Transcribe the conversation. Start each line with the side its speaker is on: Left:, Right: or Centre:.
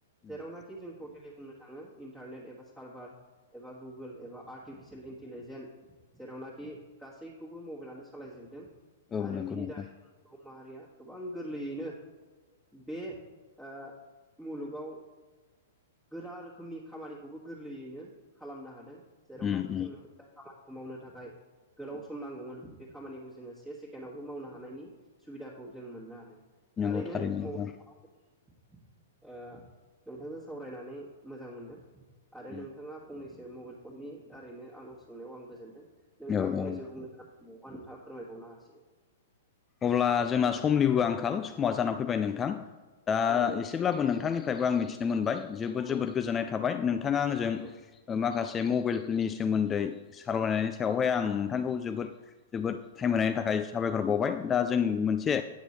Left: उम
Centre: जेरावनाखि जों टटेलि बुंनो थाङो इन्टारनेट एबा सार्भार एबा गुगोल एबा आर्टिफिसियेल इन्टिलिजेन जेरावनाखि गासैखौबो मबाइलानो सालायजोबदों
Left: औ
Centre: आरो
Left: नंगौ
Centre: बिनि
Left: नोंथां
Centre: दारैबो सुबुं माहारिया गोबां गोरलैयैनो बे आ मुलुगाव गोरा रोखोमनि खामानिखौबो गोरलैयैनो खालामनो हादों जेरावनाखि
Left: उम उम
Centre: जोंनो दा खामानिखौ मावनो थाखाय गोलाव सम नांगौमोन बे खामानिखौ जोङो से सेकेण्डआवबो मावनो हानायनि सुबिदाखौ जों मोननो हादों।
Left: नंगौ
Centre: थारैनो <unintelligible>
Left: नोंथां
Centre: नोंथांजों सावरायनानै मोजां मोनदों आरो
Left: उम
Centre: नोंथाङा फंनैसो मबाइल फननि दारैनो आंनाव सोंनायाव आं गोजोनदों। नोंथाङा
Left: औ
Centre: फंनैसो
Left: औ
Centre: नोंथाङा फोरमायबावनो हासिगोन।
Left: अब्ला जोंना समनिबो आंखाल समा जानानै फैबाय नोंथां दा
Centre: औ नोंथां
Left: एसेब्लाबो नोंथांनि थाखायबो आं मिथिनो मोनबाय जोबोद
Centre: औ
Left: जोबोद गोजोननाय थाबाय नोंथाङा आंजों
Centre: औ
Left: माखासे मबाइलफोरनि सोमोन्दै सावरायनायनि सायावहाय आं नोंथांखौ जोबोद जोबोद टाइम होनायनि थाखाय साबायखर बावबाय। दा जों मोनसे